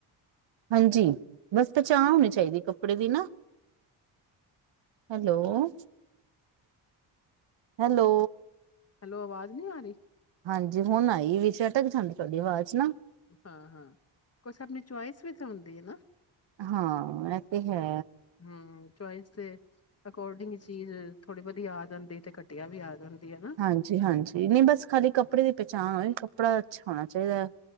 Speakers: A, on the right (about 60°); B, on the left (about 30°).
A: ਹਾਂਜੀ ਬਸ ਪਹਿਚਣ ਹੋਣੀ ਚਾਹੀਦੀ ਕੱਪੜੇ ਦੀ ਨਾ ਹੈਲੋ ਹੈਲੋ
B: ਹੈਲੋ ਆਵਾਜ਼ ਨਹੀਂੀ ਆ ਰਹੀ
A: ਹਾਂਜੀ ਹੁਣ ਆਈ ਵੀਾਟਕ ਠੰਡ ਤੁਹਾਡੀ ਆਵਾਜ਼ ਚ ਨਾ
B: ਹਾਂ ਹਾਂ ਕੁਛ ਆਪਣੀ ਚੁਆਇਸ ਵੀ ਹੁੰਦੀ ਹੈ ਨਾ
A: ਹਾਂ ਇਹ ਤੇ ਹੈ
B: ਹਮ ਚਇਸ ਹੈ ਅਕੋਰਡਿੰਗ ਚੀਜ਼ ਥੋੜੀ ਵਧੀਆ ਆ ਜਾਂਦੀ ਤੇ ਘਟੀਆ ਵੀ ਆ ਜਾਂਦੀ ਹੈ ਨਾ
A: ਹਾਂਜੀ ਹਾਂਜੀ ਨਹੀਂ ਬਸ ਖਾਲੀ ਕੱਪੜੇ ਦੀ ਪਹਿਚਾਣ ਹੋਈ ਕੱਪੜਾ ਅੱਛਾ ਹੋਣਾ ਚਾਹੀਦਾ ਹੈ